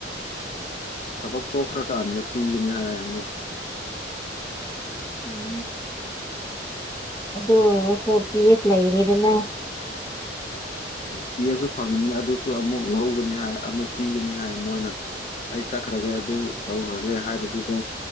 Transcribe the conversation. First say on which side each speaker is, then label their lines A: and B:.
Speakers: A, on the left (about 35°); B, on the left (about 15°).
A: ꯊꯕꯛ ꯇꯣꯛꯈ꯭ꯔꯀꯥꯟꯗ ꯄꯤꯒꯅꯤ ꯍꯥꯏ ꯑꯃ
B: ꯎꯝ ꯑꯗꯨ ꯑꯣꯏꯔꯔꯁꯨ ꯄꯤ ꯑꯦꯐ ꯂꯩꯔꯤꯗꯅ
A: ꯎꯝ ꯄꯤꯕꯁꯨ ꯐꯪꯉꯅꯤ ꯑꯗꯨꯁꯨ ꯑꯃꯨꯛ ꯂꯧꯒꯅꯤ ꯍꯥꯏ ꯑꯃꯨꯛ ꯄꯤꯒꯅꯤ ꯍꯥꯏ ꯃꯣꯏꯅ ꯑꯩ ꯏꯁ ꯆꯠꯈ꯭ꯔꯒꯦ ꯑꯗꯨ ꯇꯧꯈ꯭ꯔꯒꯦ ꯍꯥꯏꯔꯗꯤꯀꯣ